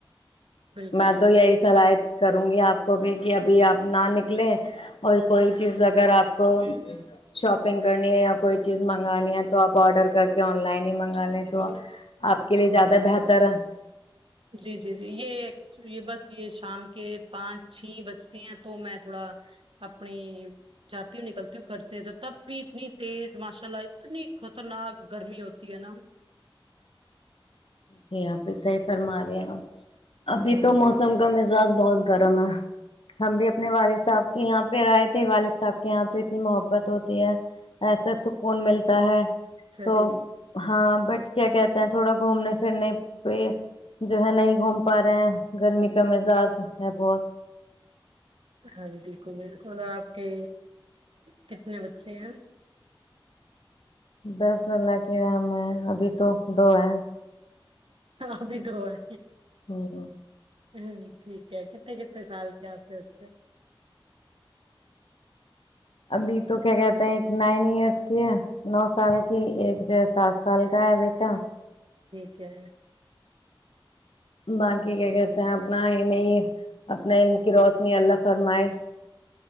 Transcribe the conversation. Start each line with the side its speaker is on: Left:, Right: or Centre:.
Right: بالکل
Left: م
Right: بالکل
Left: تو یہی سلاح کروں گی آپ کو بھی کہ ابھی آپ نہ نکلیں اور کوئی چیز اگر آپ کو شاپنگ کرنی ہے یا کوئی چیز
Right: ہاں
Left: منگانی
Right: جی ہاں جی
Left: ہے تو آپ آرڈر کر کے آن لائن ہی منگا
Right: جی
Left: لیں تو
Right: جی
Left: آپ کے لیے زیادہ بہتر ہے
Right: جی جی جی یہ یہ بس یہ شام کے پانچ چھ بجتی ہیں تو میں تھوڑا اپنی جاتی ہوں نکلتی ہوں گھر سے تو تب بھی اتنی تیز ماشاء اللہ اتنی خطرناک گرمی ہوتی ہے نا
Left: جی آپ صحیح فرما رہے ابھی
Right: ہاں
Left: تو
Right: جی
Left: موسم کا مزاج بہت گرم ہے ہم بھی اپنے والد صاحب کے یہاں پہ آئے تھے والد صاحب کے یہاں تو اتنی محبت ہوتی ہے ایسا سکون ملتا ہے
Right: اچھا
Left: تو
Right: جی
Left: ہاں بٹ کیا کہتے ہیں تھوڑا گھومنے پھرنے پہ جو ہے نہیں گھوم پا رہے ہیں گرمی کا مزاج ہے بہت
Right: ہاں بالکل بالکل آپ کے کتنے بچے ہیں
Left: بس اللہ کی رحم ہے ابھی تو دو ہے
Right: ابھی توروا ا
Left: ہ
Right: ہ ٹھیک ہے کتنے کتنے سال کیاتے اے
Left: ابھی تو کیا کہتے ہیں ایک نائن ایئرس کی ہے نو سال
Right: اوکے
Left: کی ایک ج ساات سل کا ہے بیٹا
Right: ٹھیک ہے
Left: باقی کیا کہتے ہیں اپنا نہیں اپنا علم کی روشنی اللہ فرمائے